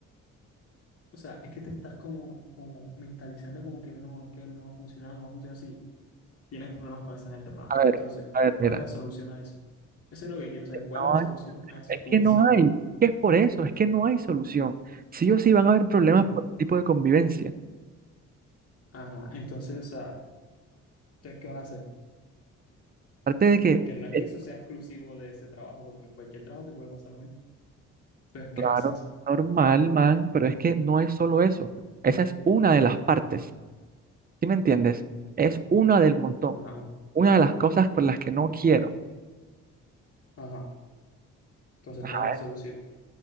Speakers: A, on the left (about 50°); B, on the right (about 30°).
A: O sea, es que te estás como, como mentalizando como que no, que no va a funcionar, no va a funcionar si tienes problemas con esa gente. pero ajá,
B: A ver,
A: Entonces,
B: a ver,
A: ¿cuál
B: mira,
A: es la solución a eso? Eso es lo que quiero saber. ¿Cuál
B: no
A: es la solución
B: hay-
A: a eso?
B: es
A: Tu
B: que
A: visión.
B: no hay, es que es por eso, es que no hay solución. Sí o sí van a haber problemas
A: Bueno,
B: por tipo de convivencia.
A: ajá. Entonces, o sea, entonces, ¿qué vas a hacer?
B: Aparte de que,
A: Porque no es
B: es
A: que eso sea exclusivo de ese trabajo, porque en cualquier trabajo te puede pasar lo mismo. Entonces, ¿qué
B: claro,
A: haces?
B: normal, man, pero es que no es solo eso. Esa es una de las partes, ¿sí me entiendes? Es una del montón,
A: Ajá,
B: una de las cosas por las que no quiero.
A: ajá. Entonces,
B: Ajá,
A: ¿cuál es la solución?